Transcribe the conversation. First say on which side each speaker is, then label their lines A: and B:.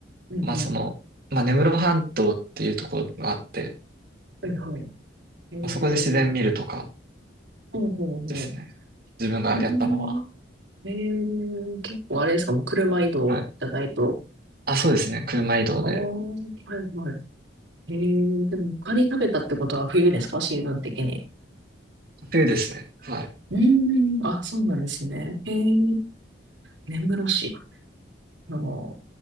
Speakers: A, on the right; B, on the right.
A: うんうん。
B: まあ、その、まあ、根室半島っていうところがあって、
A: はいはい。えー、
B: まあそこで自然見るとか
A: ほうほうほう。
B: ですね。自分がやったのは。
A: うーんええ結構あれですか、もう車移動じゃないと。
B: はい。あ、そうですね。車移動で。
A: ああ、はいはい。ええでも、カニ食べたってことは冬ですか、シーズン的に。
B: 冬ですね。はい。
A: うーん、あ、そうなんですね。ええ根室市。あの、